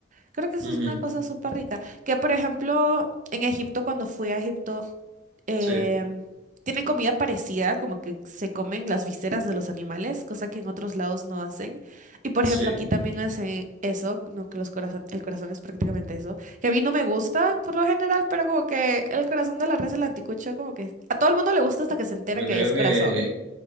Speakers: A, on the right (about 40°); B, on the right (about 80°).
A: Creo que eso
B: Ujú,
A: es una cosa súper rica. Que por ejemplo, en Egipto, cuando fui a Egipto, em,
B: Sí,
A: tienen comida parecida, como que se comen las vísceras de los animales, cosa que en otros lados no hacen. Y por
B: sí.
A: ejemplo, aquí también hacen eso, no que los corazón, el corazón es prácticamente eso, que a mí no me gusta por lo general, pero como que el corazón de la res, el anticucho, como que a todo el mundo le gusta hasta que se entera
B: Yo
A: que
B: creo
A: es corazón.
B: que,